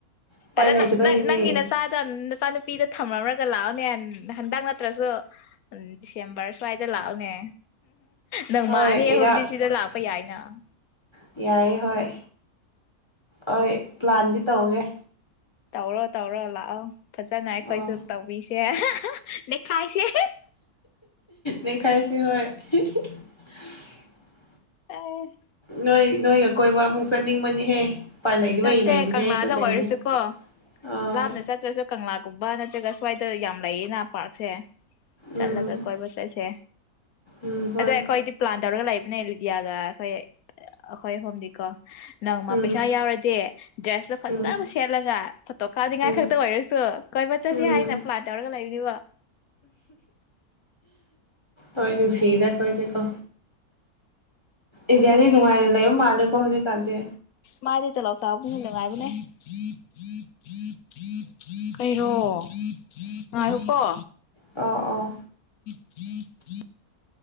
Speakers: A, on the left; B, on the left.
A: ꯎꯄꯥꯏ
B: ꯑꯗ ꯅꯪ
A: ꯂꯩꯇꯕꯒꯤꯅꯦ
B: ꯅꯪꯒꯤ ꯅꯆꯥꯗ ꯅꯆꯥꯅꯨꯄꯤꯗ ꯊꯝꯃꯔꫭꯏ ꯌꯨꯝꯗ ꯂꯥꯛꯑꯣꯅꯦ ꯍꯟꯗꯛ ꯅꯠꯇ꯭ꯔꯁꯨ ꯗꯤꯁꯦꯝꯕꯔ ꯁ꯭ꯋꯥꯏꯗ ꯂꯥꯛꯑꯣꯅꯦ ꯅꯪ
A: ꯍꯣꯏ
B: ꯃꯥꯑꯅꯤ ꯑꯍꯨꯝꯗꯤ
A: ꯏꯔꯥꯛ
B: ꯁꯤꯗ ꯂꯥꯛꯄ ꯌꯥꯏꯅ <inaudible>
A: ꯌꯥꯏ ꯍꯣꯏ ꯍꯣꯏ ꯄ꯭ꯂꯥꯟꯗꯤ ꯇꯧꯒꯦ
B: ꯇꯧꯔꯣ ꯇꯧꯔꫭ ꯂꯛꯑꫭ ꯐꯖꯥꯅ ꯑꯩꯈꯣꯏꯁꯨ
A: ꯑꯣ
B: ꯇꯧꯕꯤꯁꯦ <unintelligible> ꯅꯩꯈꯥꯏꯁꯦ
A: ꯅꯩꯈꯥꯏꯁꯤ
B: <unintelligible>
A: <unintelligible>
B: <unintelligible>
A: ꯅꯣꯏ ꯅꯣꯏꯒ ꯀꯣꯏꯕ ꯑꯃꯨꯛ ꯆꯠꯅꯤꯡꯕꯅꯤꯍꯦ ꯎꯄꯥꯏ ꯂꯩꯗꯕꯩ
B: ꯆꯠꯁꯦ
A: ꯂꯩꯕꯅꯦ
B: ꯀꯪꯂꯥꯗ
A: ꯑꯩꯁꯨ ꯀꯩꯅꯣ
B: ꯑꯣꯏꯔꯁꯨꯀꯣ
A: ꯑꯥ
B: ꯂꯥꯞꯅ ꯆꯠꯇ꯭ꯔꯁꯨ ꯀꯪꯂꯥꯒꯨꯝꯕ ꯅꯠꯇ꯭ꯔꯒ ꯁ꯭ꯋꯥꯏꯗ ꯌꯥꯝ ꯂꯩꯌꯦꯅ ꯄꯥꯔꯛꯁꯦ ꯆꯠꯂꯒ
A: ꯎꯝ
B: ꯀꯣꯏꯕ ꯆꯠꯁꯦ
A: ꯎꯝ ꯍꯣꯏ
B: ꯑꯗꫭ ꯑꯩꯈꯣꯏꯗꯤ ꯄ꯭ꯂꯥꯟ ꯇꯧꯔꯒ ꯂꯩꯕ ꯅꯦ ꯂꯨꯗꯤꯌꯥꯒ ꯑꯩꯈꯣꯏ ꯑꯩꯈꯣꯏ ꯑꯍꯨꯝꯗꯤꯀꯣ ꯅꯪ ꯃꯥ
A: ꯎꯝ
B: ꯄꯩꯁꯥ ꯌꯥꯎ <unintelligible> ꯗ꯭ꯔꯦꯁꯇꯣ ꯐꯖꯕ
A: ꯎꯝ
B: ꯁꯦꯠꯂꯒ ꯐꯣꯇꯣ ꯀꯥꯞꯅꯤꯡꯉꯥꯏ
A: ꯎꯝ
B: ꯈꯛꯇ ꯑꯣꯏꯔꯁꯨ ꯀꯣꯏꯕ ꯆꯠꯁꯤ
A: ꯎꯝ
B: ꯍꯥꯏꯅ ꯄ꯭ꯂꯥꯟ ꯇꯧꯔꯒ ꯂꯩꯕꯅꯤꯕ
A: ꯍꯣꯏ ꯅꯨꯡꯁꯤꯗ ꯑꯈꯣꯏꯁꯦ ꯀꯣ ꯏꯟꯗꯤꯌꯥꯔꯗꯤ
B: ꯑꯗꯨꯒꯤ
A: ꯅꯨꯡꯉꯥꯏꯅ ꯂꯩꯕ ꯃꯥꯜꯂꯦꯀꯣ ꯍꯧꯖꯤꯛꯀꯥꯟꯁꯦ
B: ꯃꯥꯥꯏꯗꯤ ꯇꫭꯂꯞ ꯆꯥꯎꯕꯅꯤꯅ ꯅꯪꯉꯥꯏꯕꯅꯦ <unintelligible> ꯀꯩꯔꯣ <unintelligible> <unintelligible> ꯉꯥꯏꯌꯨꯀꫭ
A: ꯑꯣ ꯑꯣ
B: <unintelligible>